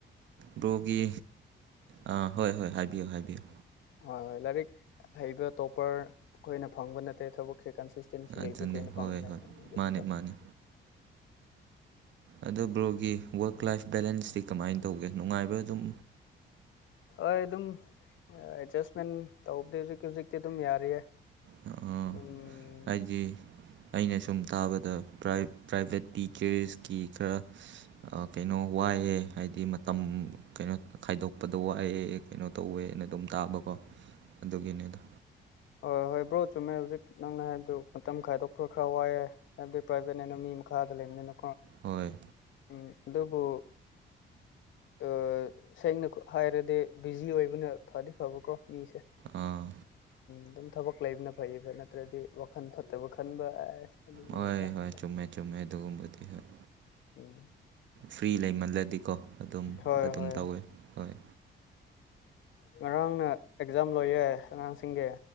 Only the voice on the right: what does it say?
ꯕ꯭ꯔꯣꯒꯤ ꯑꯉꯥꯡ ꯍꯣꯏ ꯍꯣꯏ ꯍꯥꯏꯕꯤꯌꯨ ꯍꯥꯏꯕꯤꯌꯨ
ꯑꯗꯨꯅꯦ
ꯍꯣꯏ ꯍꯣꯏ
ꯃꯥꯅꯦ
ꯃꯥꯅꯦ ꯑꯗꯣ ꯕ꯭ꯔꯣꯒꯤ ꯋꯔꯛ ꯂꯥꯏꯐ ꯕꯦꯂꯦꯟꯁꯇꯤ ꯀꯃꯥꯏꯅ ꯇꯧꯒꯦ ꯅꯨꯡꯉꯥꯏꯕ ꯑꯗꯨꯝ
ꯑꯥ,
ꯍꯥꯏꯗꯤ ꯑꯩꯅ ꯁꯨꯝ ꯇꯥꯕꯗ ꯄꯔꯥꯏ ꯄ꯭ꯔꯥꯏꯚꯦꯠ ꯇꯤꯆꯔꯁꯀꯤ ꯈꯔ ꯀꯩꯅꯣ ꯋꯥ ꯍꯥꯏꯌꯦ ꯍꯥꯏꯗꯤ ꯃꯇꯝ ꯀꯩꯅꯣ ꯈꯥꯏꯗꯣꯛꯄꯗ ꯋꯥꯑ ꯀꯩꯅꯣ ꯇꯧꯋꯦꯅ ꯑꯗꯨꯝ ꯇꯥꯕꯀꯣ ꯑꯗꯨꯒꯤꯅꯦꯗ
ꯍꯣꯏ
ꯑꯥ
ꯍꯣꯏ
ꯍꯣꯏ ꯆꯨꯝꯃꯦ ꯆꯨꯝꯃꯦ ꯑꯗꯨꯒꯨꯝꯕꯗꯤ ꯍꯣꯏ
ꯐ꯭ꯔꯤ ꯂꯩꯃꯜꯂꯗꯤꯀꯣ ꯑꯗꯨꯝ
ꯑꯗꯨꯝ
ꯇꯧꯋꯦ ꯍꯣꯏ